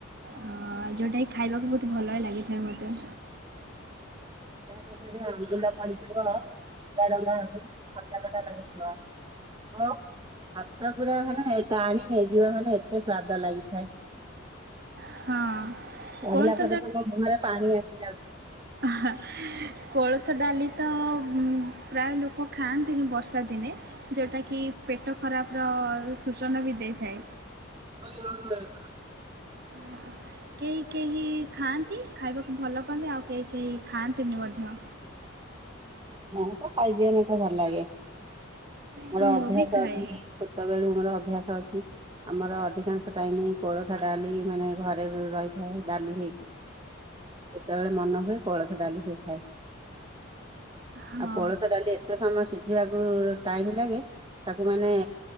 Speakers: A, on the right; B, on the right.
A: ଅ ଯଉଟା କିି ଖାଇବାକୁ ବହୁତ ଭଲ ଲାଗିଥାଏ ମତେ।
B: ତା ସହିତ ସେ ଯୋଉ ଆମ୍ବୁଲ ପଡ଼ିଥିବ ତା ରନ୍ଧା ଖଟା ଖଟା ଲାଗୁଥିବ। ଓ ଭାତ ପୁରା ମାନେ ଟାଣି ନେଇଯିବ ମାନେ ଏତେ ସ୍ଵାଦ ଲାଗିଥାଏ।
A: ହଁ।
B: କହିଲା
A: କୋଳଥ
B: ପରେ ତ ମୋ ମୁହଁରେ ପାଣି ଆସିଯାଉଛି।
A: ହଁ କୋଳଥ ଡାଲିତ ହୁଁ ପ୍ରାୟ ଲୋକ ଖାଆନ୍ତିନି ବର୍ଷା ଦିନେ। ଯୋଉ ଟାକି ପେଟ ଖରାପର ସୂଚନା ବି ଦେଇଥାଏ।
B: <unintelligible>
A: ହଁ। କେହି କେହି ଖାଆନ୍ତି ଖାଇବାକୁ ଭଲ ପାଆନ୍ତି ଆଉ କେହି କେହି ଖାଆନ୍ତିନି ମଧ୍ୟ।
B: ମୁ ତ ଖାଇଦିଏ ମତେ ଭଲ ଲାଗେ ମୋର
A: ତ ମୁଁ
B: ଅଭ୍ୟାସ
A: ବି ଖାଏ
B: ଅଛି ଛୋଟ ଟବେଳୁ ମୋର ଅଭ୍ୟାସ ଅଛି। ଆମର ଅଧିକାଂଶ ଟାଇମ କୋଳଥ ଡାଲି ମାନେ ଘରେ ର ରହିଥାଏ ଡାଲି ହେଇକି। ଯେତେବେଳେ ମନ ହୁଏ କୋଳଥ ଡାଲି ହେଇଥାଏ।
A: ହଁ
B: ଆଉ କୋଳଥ ଡାଲି ଏତେ ସମୟ ସିଝିବାକୁ ଟାଇମ ଲାଗେ ତାକୁ ମାନେ